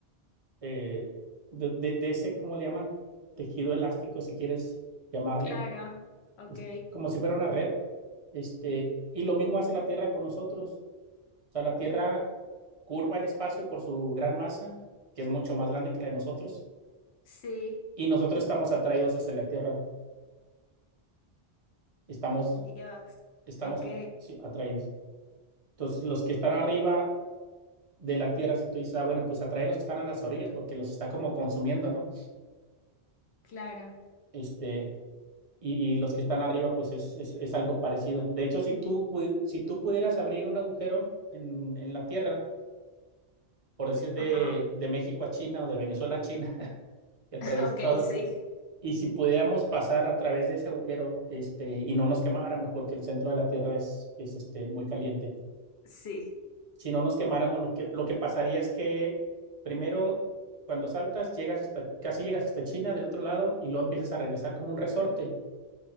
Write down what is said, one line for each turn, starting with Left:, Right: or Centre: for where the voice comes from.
Right: eh, de, de- de ese, ¿cómo le llaman? Tejido elástico, si quieres llamarle,
Left: Claro, ok.
Right: es como si fuera una red. Este, y lo mismo hace la Tierra con nosotros. O sea, la Tierra curva el espacio por su gran masa, que es mucho más grande que la de nosotros,
Left: Sí,
Right: y nosotros estamos atraídos hacia la Tierra. Estamos,
Left: Dios.
Right: estamos
Left: Ok,
Right: at- sí, atraídos. Entonces, los que están arriba de la Tierra, si tú dices, ah, bueno, pues atrae los que están a las orillas porque los está como consumiendo, ¿no?
Left: claro.
Right: Este, y, y los que están arriba, pues es, es, es algo parecido. De hecho, si tú, si tú pudieras abrir un agujero en, en la Tierra, por decir de,
Left: Ajá.
Right: de México a China o de Venezuela a China, <laughs> que atraviesa
Left: <laughs> Ok,
Right: todo,
Left: sí,
Right: y si pudiéramos pasar a través de ese agujero, este, y no nos quemáramos porque el centro de la Tierra es, es este, muy caliente.
Left: sí.
Right: Si no nos quemáramos, lo que, lo que pasaría es que primero, cuando saltas, llegas hasta, casi llegas hasta China del otro lado y luego empiezas a regresar como un resorte